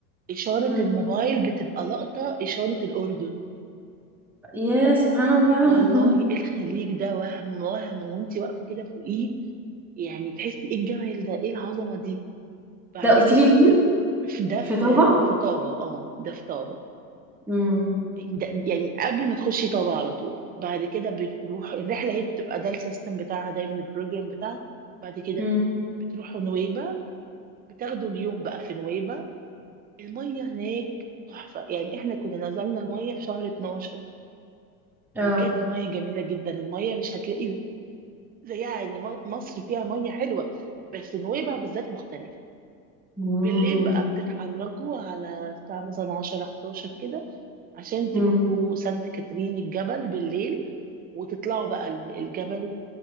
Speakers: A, on the right; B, in the centre.
A: إشارة
B: امم
A: الموبايل بتبقى لقطة إشارة الأردن
B: يا سبحان الله
A: والله
B: <laughs>
A: الخليج ده وهم وهم وانت واقفة كده فوقيه يعني تحسي ايه الجمال ده ايه العظمة دي بعد
B: ده قلت
A: كده
B: لي فين
A: بتبقى ده
B: في
A: في
B: طابة
A: في طابة اه ده في طابة
B: امم
A: ده يعني قبل ما تخشي طابعة على طول بعد كده بتروح الرحلة هي بتبقى ده السيستم بتاعها دايما البروجرام بتاعها بعد كده
B: امم
A: بتروحوا نويبة بتاخدوا اليوم بقى في نويبة المية هناك تحفة يعني احنا كنا نزلنا المية في شهر 12
B: اه
A: وكانت المية جميلة جدا المية مش هتلاقي زيها يعني م- مصر فيها مية حلوة بس نويبة بالذات مختلفة
B: مم.
A: بالليل بقى بتتحركوا على الساعة مثلا 10 11 كده عشان تروحوا
B: مم.
A: سانت كاترين الجبل بالليل وتطلعوا بقى ال- الجبل